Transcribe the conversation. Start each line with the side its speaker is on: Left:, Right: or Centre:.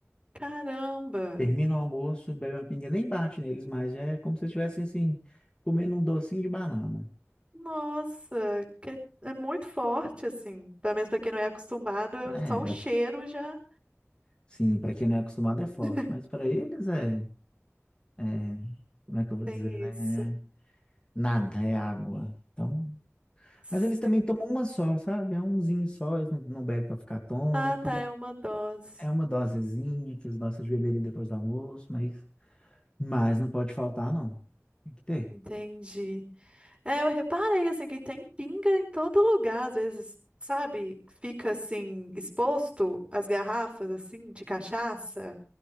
Right: Caramba!
Left: Termina o almoço, bebe uma pinga, nem bate neles mais, já é como se estivessem assim, comendo um docinho de banana.
Right: Nossa, que é muito forte, assim. Pelo menos pra quem não é acostumado, eu-
Left: É,
Right: só
Left: pra,
Right: o cheiro já
Left: sim, para quem não é acostumado é forte,
Right: <laughs>
Left: mas para eles é, é, como é que eu vou
Right: tem
Left: dizer, né?
Right: isso.
Left: É nada, é água. Então,
Right: Sim.
Left: mas eles também tomam uma só, sabe? É umzinho só, eles não, não bebem para ficar tonto.
Right: Ah, tá, é uma dose.
Left: É uma dosezinha que eles gostam de beberem depois do almoço, mas, mas não pode faltar, não. Tem que ter.
Right: Entendi. É, eu reparei assim que tem pinga em todo lugar, às vezes, sabe? Fica assim exposto as garrafas assim de cachaça.